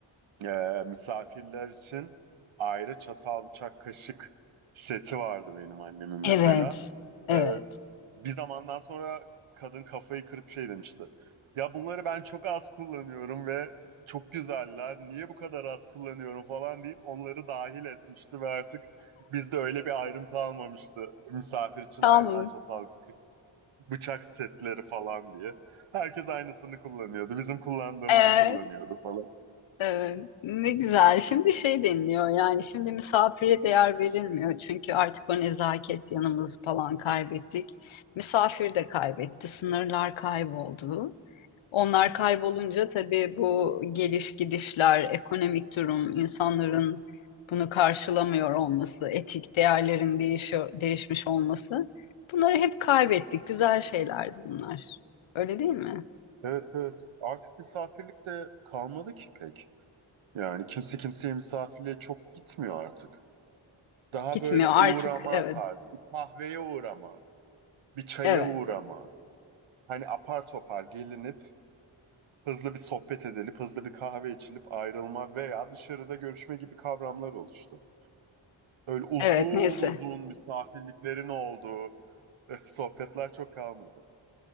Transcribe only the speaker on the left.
Evet, evet.
Tamam.
Ee.
Evet, ne güzel. Şimdi şey deniliyor yani şimdi misafire değer verilmiyor. Çünkü artık o nezaket yanımızı falan kaybettik. Misafir de kaybetti. Sınırlar kayboldu. Onlar kaybolunca tabii bu geliş gidişler, ekonomik durum, insanların bunu karşılamıyor olması, etik değerlerin değişiyor, değişmiş olması. Bunları hep kaybettik. Güzel şeylerdi bunlar. Öyle değil mi?
Gitmiyor
artık. Evet,
evet,
evet. Neyse.